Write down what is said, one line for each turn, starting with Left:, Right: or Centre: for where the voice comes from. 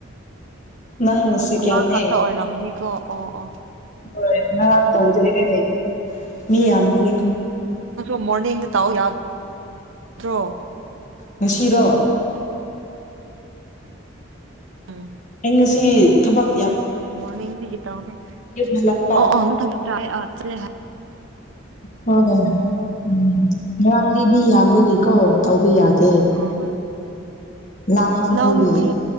Left: ꯅꯪꯅ ꯁꯦꯀꯦꯟꯅꯦ
Right: ꯑꯃ ꯈꯛꯇ ꯑꯣꯏꯔꯝꯅꯤꯀꯣ ꯑꯣ ꯑꯣ
Left: ꯍꯣꯏ ꯅ ꯇꯧꯗꫭꯏꯅꯦ ꯃꯤ ꯌꯥꯝꯔꯤ
Right: ꯃꯣꯔꯅꯤꯡ ꯇꯥꯎ ꯌꯥ ꯗ꯭ꯔꯣ <inaudible>
Left: ꯉꯁꯤꯔꯣ
Right: ꯎꯝ
Left: ꯑꯩ ꯉꯁꯤ ꯊꯕꯛ ꯌꯥꯝ
Right: ꯃꫭꯔꯅꯤꯡꯗꯤꯒꯤ ꯇꯧꯕꯦ
Left: ꯍꯜꯂꯛꯄ
Right: ꯑꯣ ꯑꯣ ꯆꯥꯏ ꯑ ꯆꯦ ꯍꯥ
Left: ꯍꯣꯏ ꯎꯝ ꯉꯔꯥꯡꯗꯤ ꯃꯤ ꯌꯥꯝꯕꯒꯤꯀꯣ ꯇꯧꯕ ꯌꯥꯗꯦ
Right: ꯎꯝ
Left: ꯂꯥꯡꯃꯟꯕꯒꯤ
Right: ꯅꯅꯥꯎ ꯅꯨꯄꯤ